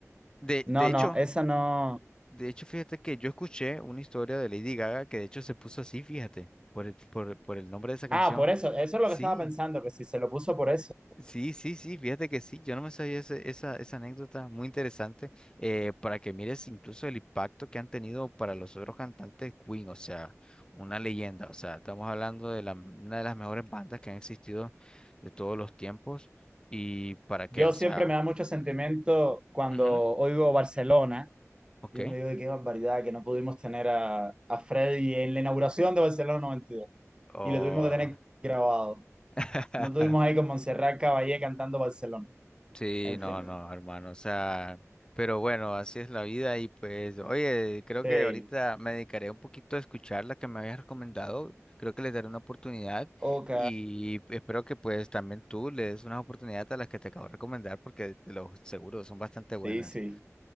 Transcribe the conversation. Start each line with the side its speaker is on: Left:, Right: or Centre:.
Left: De,
Right: No,
Left: de hecho,
Right: no, esa no.
Left: de hecho, fíjate que yo escuché una historia de Lady Gaga que de hecho se puso así, fíjate, por el, por, por el nombre de esa canción.
Right: Ah, por eso, eso es
Left: Sí,
Right: lo que estaba pensando, que si se lo puso por eso.
Left: sí, sí, sí, fíjate que sí, yo no me sabía ese- esa, esa anécdota, muy interesante, eh, para que mires incluso el impacto que han tenido para los otros cantantes Queen, o sea, una leyenda, o sea, estamos hablando de la, una de las mejores bandas que han existido de todos los tiempos, y para qué,
Right: Yo
Left: o
Right: siempre
Left: sea,
Right: me da mucho sentimiento cuando
Left: ujú,
Right: oigo Barcelona,
Left: ok,
Right: y yo me digo, "Ay, qué barbaridad que no pudimos tener a, a Freddy en la inauguración de Barcelona 92,
Left: oh.
Right: y dos, y lo tuvimos que tener grabado.
Left: <laughs>
Right: No tuvimos ahí con Montserrat Caballé cantando Barcelona.
Left: Sí,
Right: En
Left: no,
Right: fin,
Left: no, hermano, o sea, pero bueno, así es la vida y pues, oye, creo
Right: sí,
Left: que ahorita me dedicaré un poquito a escuchar la que me habías recomendado, creo que les daré una oportunidad
Right: ok,
Left: y espero que pues también tú le des una oportunidad a las que te acabo de recomendar porque te lo seguro, son bastante buenas.
Right: sí, sí,